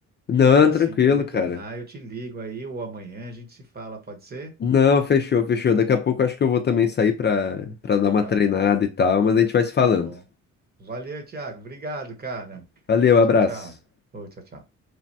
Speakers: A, on the left (about 35°); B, on the right (about 30°).
A: Não,
B: e assim
A: tranquilo,
B: que eu retornar,
A: cara.
B: eu te ligo aí ou amanhã a gente se fala, pode ser?
A: Não, fechou, fechou. Daqui a pouco eu acho que eu vou também sair pra, pra dar
B: Legal.
A: uma treinada e tal, mas a gente vai se falando.
B: Muito bom. Valeu, Thiago. Obrigado, cara.
A: Valeu, abraço.
B: Tchau, tchau. Ô, tchau, tchau.